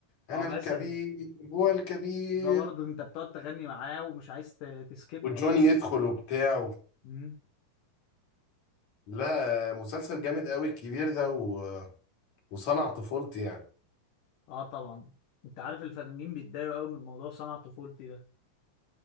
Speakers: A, on the left; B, on the left.
A: انا
B: اه مثلا
A: الكبير هو الكبير
B: ده برضه انت بتقعد تغني معاه ومش عايز ت- تسكيب
A: وجوني
B: اصلا
A: يدخل وبتاع
B: امم
A: لا آه، مسلسل جامد قوي الكبير ده و... وصنع طفولتي يعني
B: اه طبعا انت عارف الفنانين بيتضايقوا قوي من موضوع صنع طفولتي ده